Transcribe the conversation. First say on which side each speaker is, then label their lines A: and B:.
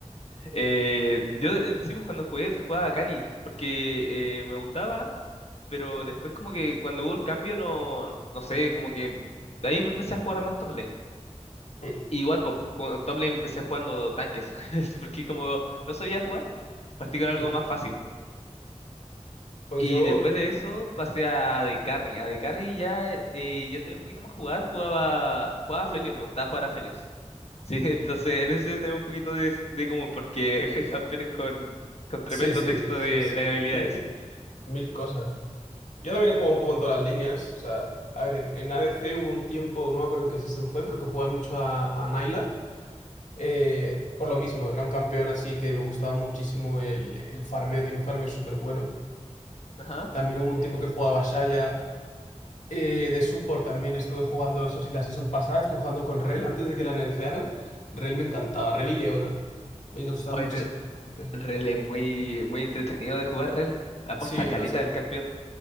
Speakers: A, on the left (about 60°); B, on the left (about 80°).
A: Eh, yo eh, sí, pues cuando jugué, jugaba a Cali, porque eh, me gustaba, pero después como que cuando hubo el cambio, no, no sé, como que ahí empecé a jugar a más top lane.
B: mm,
A: Y Igual, pues, en top lane empecé jugando tanques, <laughs> porque como no sabía jugar, partí con algo
B: mm.
A: más fácil.
B: Pues
A: Y
B: yo,
A: después de eso pasé a de Carry. a de Carry ya eh, yo sabía un poquito más jugar, jugaba, jugaba
B: mm,
A: a Felios, me gustaba jugar a Felios. Sí, <laughs> entonces en ese tenemos un poquito de, de común, porque <laughs> campeones con, con tremendo
B: sí, sí,
A: texto
B: sí,
A: de,
B: sí,
A: de habilidades.
B: <laughs> mil cosas. Yo también he jugado un poco en todas las líneas, o sea, a ver, en, en ADC hubo un tiempo, no me acuerdo qué season fue, pero que jugué mucho a, a Naila, eh, por lo mismo, era un campeón así que me gustaba muchísimo el, el farmeo, tiene un farmeo súper bueno.
A: Ajá.
B: También hubo un tiempo que jugaba a Shaya, Eh, de support también estuve jugando eso, sí, la season pasada estuve jugando con Rel antes de que la nerfearan. Rel me encantaba, Rel y Leona. Me gustaba
A: Oye,
B: muchísimo.
A: pero
B: el soporte.
A: Rel es muy, muy entretenido de jugar, Rel. Aporta
B: Sí,
A: caleta
B: lo sé.
A: al campeón.